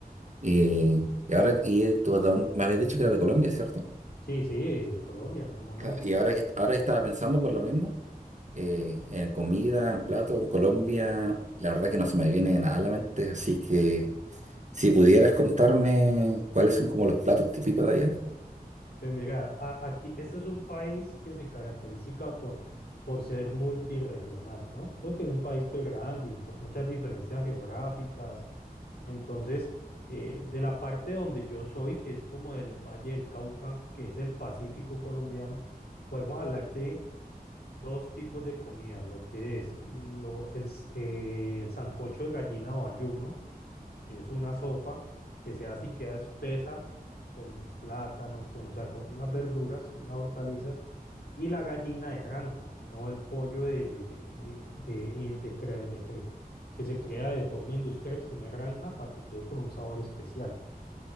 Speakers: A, on the right; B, on the left.
A: Y, y ahora, y eh, tú, de dónde- me habías dicho que era de Colombia, ¿cierto?
B: Sí, sí, Colombia, cómo no.
A: Claro, y ahora que, ahora que estaba pensando por lo mismo, eh, en comida, en plato, en Colombia, la verdad que no se me viene nada a la mente, así que si pudieras contarme cuáles son como los platos típicos de allá,
B: Pero mira, a- aquí, este es un país que se caracteriza por, por ser multirregional, ¿no? Porque es un país pues grande y con muchas diferencias geográficas. Entonces, eh, de la parte donde yo soy, que es como el Valle del Cauca, que es el Pacífico colombiano, podemos hablar de dos tipos de comida, lo que es lo, el, s- eh, el sancocho de gallina o ayuno que es una sopa que se hace y queda espesa con plátanos, con, o sea, con unas verduras, unas hortalizas, y la gallina de granja, no el pollo de, de, de, de, de- de cre- de cre- que se crea de forma industrial, sino de granja para que quede con un sabor especial.